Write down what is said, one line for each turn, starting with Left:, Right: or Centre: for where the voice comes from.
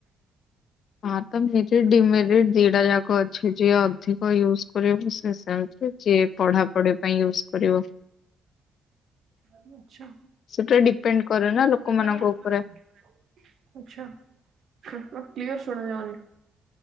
Left: ହଁ ତ ମେରିଟ୍ ଡିମେରିଟ୍ ଦିଟା ଯାକ ଅଛି ଯିଏ ଅଧିକ ୟୁଜ୍ କରିବ ସେ ସେମିତି ଯିଏ ପଢାପଢି ପାଇଁ ୟୁଜ୍ କରିବ।
Right: ଆଚ୍ଛା।
Left: ସେଟା ଡିପେଣ୍ଡ କରେ ନା ଲୋକମାନଙ୍କ
Right: ଆଚ୍ଛା
Left: ଉପରେ
Right: କ୍ଲିୟର ଶୁଣଯାଉନି।